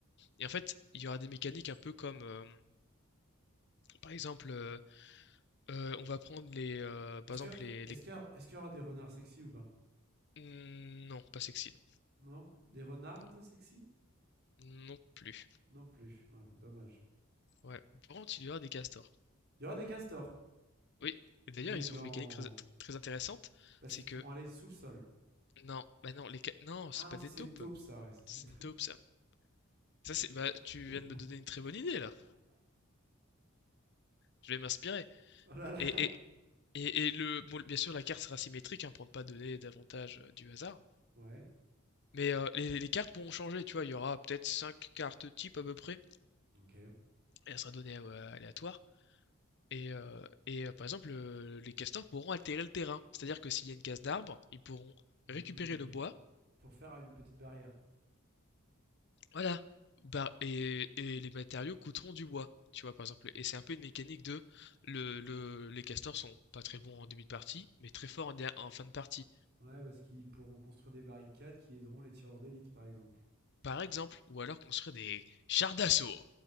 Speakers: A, on the left (about 55°); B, on the right (about 50°).
A: Et en fait, il y aura des mécaniques un peu comme. euh, Par exemple, euh, euh, on va prendre les, euh, par
B: Est-ce
A: exemple
B: que,
A: les,
B: est-ce
A: les-
B: qu'il y, a- est-ce qu'il y aura des renards sexy ou pas?
A: Hmm, non, pas sexy, non,
B: Non? Des renardes
A: non,
B: sexy?
A: non plus.
B: Non plus. Ouais, dommage.
A: Ouais, par contre, il y aura des castors.
B: Il y aura des castors.
A: Oui. Et d'ailleurs,
B: Mais
A: ils
B: non.
A: ont une mécanique très, très intéressante,
B: Parce
A: c'est
B: qu'ils
A: que
B: pourront aller sous le sol.
A: non, bah non, les ca- non,
B: Ah
A: c'est
B: non,
A: pas
B: ça
A: des
B: c'est
A: taupes,
B: une taupe, ça. Ouais, ça
A: c'est
B: c'est une taupe.
A: une taupe ça. Ça c'est, bah tu
B: <laughs>
A: viens de me donner une très bonne idée là. Je vais m'inspirer.
B: oh là là.
A: Et et et, et le, bon, bien sûr, la carte sera symétrique hein, pour ne pas donner davantage euh, du hasard.
B: Ouais.
A: Mais euh, les, les cartes pourront changer, tu vois, il y aura peut-être 5 cartes types à peu près,
B: Ok.
A: et elle sera donnée euh, aléatoire. Et, euh, et, euh, par exemple, euh, les castors pourront altérer le terrain. C'est-à-dire que s'il y a une casse d'arbre, ils pourront
B: Hmm.
A: récupérer le bois.
B: pour faire une petite barrière.
A: Voilà. Bah, et, et les matériaux coûteront du bois. Tu vois, par exemple. Et c'est un peu une mécanique de le, le- les castors sont pas très bons en début de partie, mais très forts en, dé- en fin de partie.
B: Ouais, parce qu'ils pourront construire des barricades qui aideront les tireurs d'élite, par exemple.
A: Par exemple, ou alors construire des chars d'assaut,